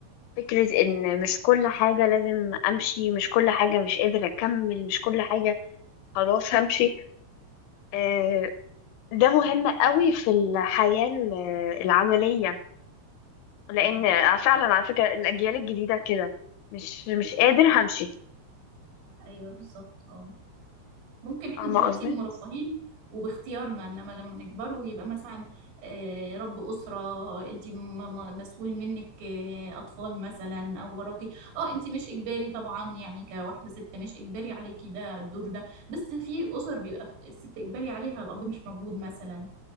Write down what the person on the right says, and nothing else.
ايوه
صح
ايوه بالظبط اه ممكن احنا
دلوقتي
مرفهين وباختيارنا انما لما نكبر ويبقى مثلا آه، رب اسره انت م- م- مسؤول منك آه، اطفال مثلا او وراكي اه انت مش اجباري طبعا يعني كواحده ست مش اجباري عليكي ده الدور ده بس في اسر بيبقى الست اجباري عليها الاب مش موجود مثلا